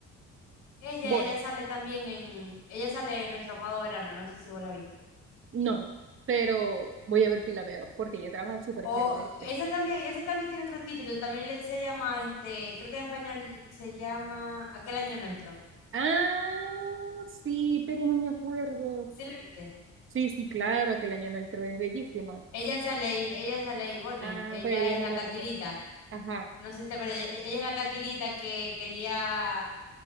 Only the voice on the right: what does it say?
Bonnie.
No, pero voy a ver si la veo, porque ella trabaja súper
chévere, ¿viste?
Ah, sí, pero no me acuerdo.
Sí, sí, claro, aquel año nuestro es bellísima.
Ah,
pero ella
no
la
protagoniza. Ajá.